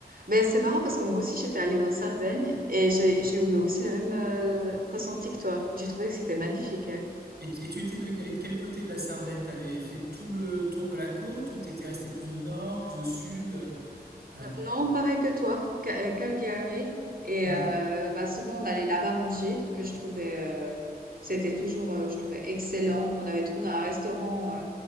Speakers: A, on the right; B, on the right.
A: Mais c'est marrant parce que moi aussi, j'étais allée en Sardaigne et j'ai j'ai eu aussi le même euh, ressenti que toi. J'ai trouvé que c'était magnifique. hein.
B: Et, t- et tu étais de- allé de quel côté de la Sardaigne? T'avais fait tout le tour de la côte ou t'étais resté plus au nord, plus au sud? euh, euh,
A: Euh, Non, pareil que toi, Ca- euh, Calgary. Et
B: Ouais.
A: euh, bah, souvent, on allait là-bas manger, que je trouvais, euh, c'était toujours, euh, je trouvais excellent. On avait trouvé un restaurant euh,